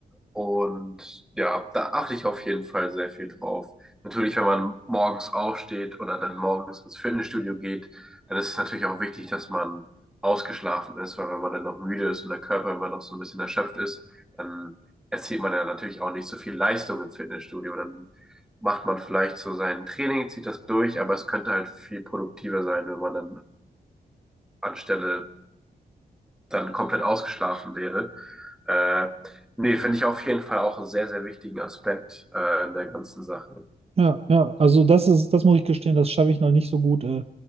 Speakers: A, in the centre; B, on the right.
A: Und ja, da achte ich auf jeden Fall sehr viel drauf. Natürlich, wenn man morgens aufsteht oder dann morgens ins Fitnessstudio geht, dann ist es natürlich auch wichtig, dass man ausgeschlafen ist, weil wenn man dann noch müde ist und der Körper immer noch so ein bisschen erschöpft ist, dann erzielt man ja natürlich auch nicht so viel Leistung im Fitnessstudio. Dann macht man vielleicht so sein Training, zieht das durch, aber es könnte halt viel produktiver sein, wenn man dann anstelle dann komplett ausgeschlafen wäre. Äh, nee, finde ich auf jeden Fall auch einen sehr, sehr wichtigen Aspekt äh, in der ganzen Sache.
B: Ja, ja, also das ist, das muss ich gestehen, das schaffe ich noch nicht so gut. Äh,